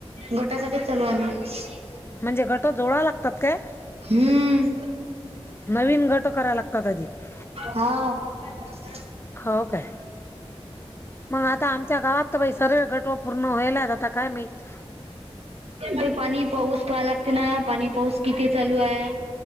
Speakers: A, on the right (about 70°); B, on the left (about 20°).
A: गोटासाठीठीच चालू आहे आम्ही
B: म्हणजे गट जोडा लागतात काय
A: हम
B: नवीन गट कराय लागतात अधिक
A: हा दी
B: हो काय मग आता आमच्या गावात तर सर्व गटव पूर्ण व्हाला आहेत आता काय माहिती
A: ते पाणी पाऊस प लागतं ना पाणी पाऊस किती चालू आहे